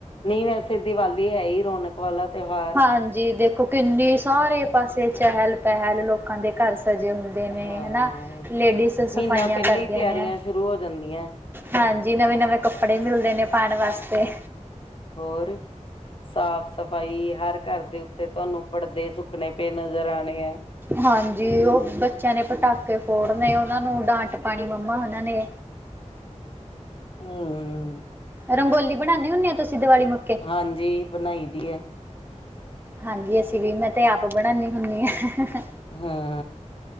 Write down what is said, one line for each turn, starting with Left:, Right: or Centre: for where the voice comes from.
Left: ਨਹੀਂ, ਵੈਸੇ ਦੀਵਾਲੀ ਹੈ ਹੀ ਰੌਣਕ ਵਾਲਾ ਤਿਉਹਾਰ
Right: ਹਾਂਜੀ। ਦੇਖੋ ਕਿੰਨੀ ਸਾਰੇ
Left: ਹਾਂ
Right: ਪਾਸੇ ਚਹਿਲ- ਪਹਿਲ ਲੋਕਾਂ ਦੇ ਘਰ ਸਜੇ ਹੁੰਦੇ। ਨੇ
Left: ਹਾਂ
Right: ਹਨਾ। ਲੇਡੀਜ਼ ਸਫਾਈਆਂ
Left: ਮਹੀਨਾ ਪਹਿਲਾਂ
Right: ਕਰਦੀਆਂ
Left: ਹੀ ਤਿਆਰੀਆਂ
Right: ਨੇ।
Left: ਸ਼ੁਰੂ ਹੋ ਜਾਂਦੀਆਂ
Right: ਹਾਂਜੀ। ਨਵੇਂ-ਨਵੇਂ ਕੱਪੜੇ ਮਿਲਦੇ ਨੇ ਪਾਉਣ ਵਾਸਤੇ।
Left: ਹੋਰ ਸਾਫ ਸਫ਼ਾਈ ਹਰ ਘਰ ਦੇ ਉੱਤੇ ਤੁਹਾਨੂੰ ਪਰਦੇ ਸੁੱਕਣੇ ਪਏ ਨਜ਼ਰ ਆਉਣੇ ਆ
Right: ਹਾਂਜੀ ਉਹ ਬੱਚਿਆਂ ਨੇ ਪਟਾਕੇ ਫੋੜਨ ਉਹਨਾਂ ਨੂੰ ਡਾਂਟ ਪਾਉਣੀ ਮੰਮਾ ਉਹਨਾਂ ਨੇ
Left: ਹਾਂ ਹਮ
Right: ਰੰਗੋਲੀ ਬਣਾਉਂਦੇ ਹੁੰਦੇ ਹੋ ਤੁਸੀਂ ਦੀਵਾਲੀ ਵਾ
Left: ਹਾਂਜੀ। ਬਣਾਈ ਦੀ ਹੈ।
Right: ਹਾਂਜੀ, ਅਸੀਂ ਵੀ ਮੈਂ ਤੇ ਆਪ ਬਣਾਉਦੀ ਹੁੰਦੀ ਹਾਂ।
Left: ਹਾਂ।